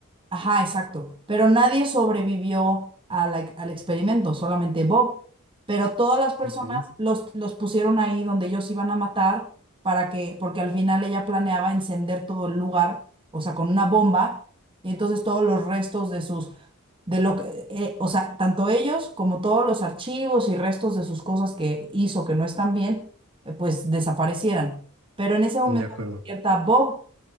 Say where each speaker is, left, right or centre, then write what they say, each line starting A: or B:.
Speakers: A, on the right; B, on the right.
A: ajá, exacto. Pero nadie sobrevivió a la- ex- al experimento, solamente Bob. Pero todas las personas
B: Ok.
A: los, los pusieron ahí donde ellos iban a matar para que, porque al final ella planeaba encender todo el lugar, o sea, con una bomba. Y entonces todos los restos de sus de lo que, eh, o sea, tanto ellos como todos los archivos y restos de sus cosas que hizo que no están bien, eh, pues desaparecieran. Pero en ese momento
B: De acuerdo.
A: despierta Bob